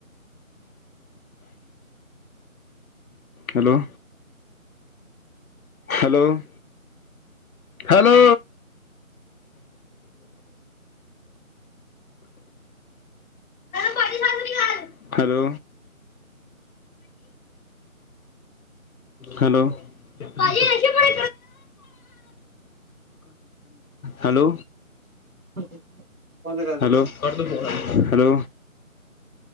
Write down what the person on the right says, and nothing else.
<inaudible> <inaudible> ਕਰ ਦੇ